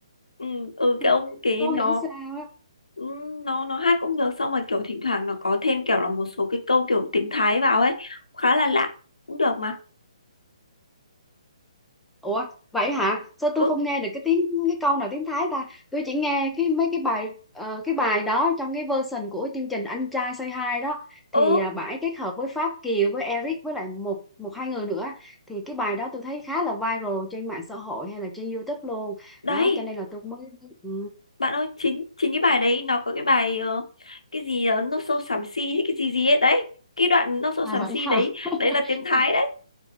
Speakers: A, on the left (about 85°); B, in the centre.
A: ừ, ừ
B: <laughs>
A: cái ông cái
B: không
A: nó
B: hiểu sao
A: ừ, nó nó hát cũng được xong rồi kiểu thỉnh thoảng nó có thêm kiểu là một số cái câu kiểu tiếng Thái vào ấy khá là lạ cũng được mà
B: Ủa vậy hả? Sao tôi
A: ừ
B: không nghe được cái tiếng cái câu nào tiếng Thái ta? Tôi chỉ nghe cái mấy cái bài ờ, cái bài đó trong cái version của chương trình Anh trai Say Hi đó thì
A: ừ
B: à, bãi kết hợp với Pháp Kiều với Eric với lại một một hai người nữa thì cái bài đó tôi thấy khá là viral trên mạng xã hội hay là trên YouTube luôn.
A: đấy
B: Đó cho nên là tôi mới ừ.
A: bạn ơi chính chính cái bài đấy nó có cái bài ờ, cái gì uh, nó sâu xám xì hay cái gì gì ấy đấy cái đoạn nó sâu
B: À
A: xám
B: vậy
A: xì
B: hả?
A: đấy
B: <laughs>
A: đấy là tiếng Thái đấy